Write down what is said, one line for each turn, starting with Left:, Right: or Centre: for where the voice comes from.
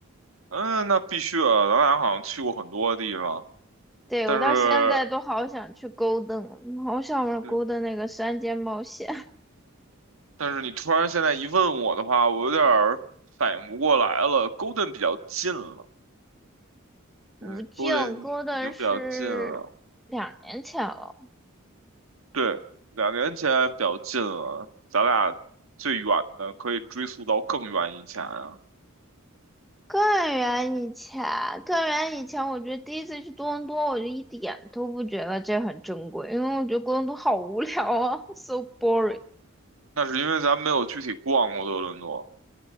Right: 嗯，那必须的，咱俩好像去过很多地方，
Centre: 对，
Right: 但是，
Centre: 我到现在都好想去勾 o 好想玩勾
Right: 对，
Centre: o 那个山间冒险。<laughs>
Right: 但是你突然现在一问我的话，我有点儿反应不过来了。Golden 比较近了，
Centre: 无尽勾
Right: 对，Golden
Centre: o
Right: 已经比较近了，
Centre: 是两年前了，
Right: 对，两年前比较近了，咱俩最远的可以追溯到更远以前啊。
Centre: 更远以前，更远以前，我觉得第一次去多伦多，我就一点都不觉得这很珍贵，因为我觉得多伦多好无聊啊，so boring。
Right: 那是因为咱没有具体逛过多伦多。